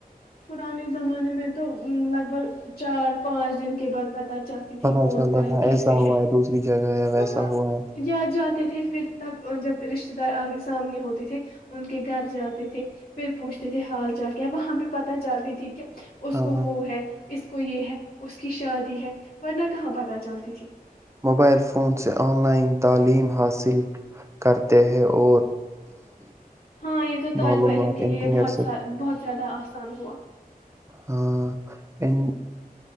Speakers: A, on the left; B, on the right.
A: پرانے زمانے میں تو لگ بھگ چار پانچ دن کے بعد پت چلتی
B: پتہ
A: تھی کون
B: چلتا
A: کیسے
B: تھا ایسا
A: ہیں
B: ہوا ہے دوسری جگہ ہے ویسا
A: ہاں
B: ہوا ہے
A: اں جاتے تھے پھر تب جب رشتے دار آگے سامنے ہوتے تھے ان کے گھر جاتے تھے پھر پہنچتے تھے ہال چال کیا وہاں بھیہ پتہ چلتی تھی کہ اس
B: ہاں
A: کو وہ ہے اس کو یہ ہے اس کی شادی ہے ورنہ کہاں پتہ چلتی تھی
B: موبائل فون سے آن لائن تعلیم حاصل کرتے ہیں اور
A: ہاں یہ تو طالبہ
B: معلومات
A: علم کے لیے
B: انٹرنیٹ
A: بہت
B: سے
A: سا بہت زیادہ آسان ہو
B: ہاں ان